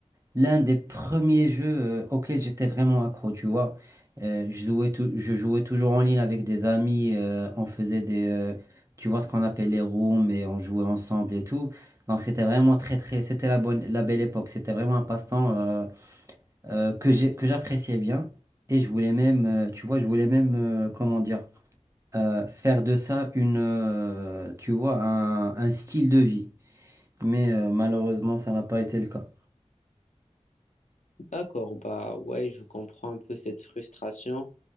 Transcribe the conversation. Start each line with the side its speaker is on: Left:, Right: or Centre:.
Right: l'un des premiers jeux euh, auxquels j'étais vraiment accro, tu vois. Euh, je jouais tou- je jouais toujours en ligne avec des amis, euh, on faisait des, euh, tu vois, ce qu'on appelle les rooms et on jouait ensemble et tout. Donc c'était vraiment très très, c'était la bonne, la belle époque. C'était vraiment un passe-temps euh, euh, que j'ai, que j'appréciais bien et je voulais même, euh, tu vois, je voulais même, euh, comment dire, euh, faire de ça une, euh, tu vois, un, un style de vie. Mais euh, malheureusement, ça n'a pas été le cas.
Left: D'accord, bah ouais, je comprends un peu cette frustration.